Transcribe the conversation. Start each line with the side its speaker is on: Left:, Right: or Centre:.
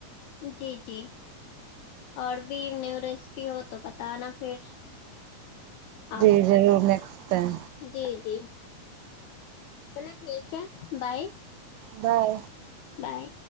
Left: جی جی اور بھی نیو رسیپی ہو تو بتانا پھر
Right: جی
Left: آپ
Right: ضرور نیکسٹ ٹائم
Left: جی جی چلو ٹھیک ہے بائے
Right: بائے
Left: بائے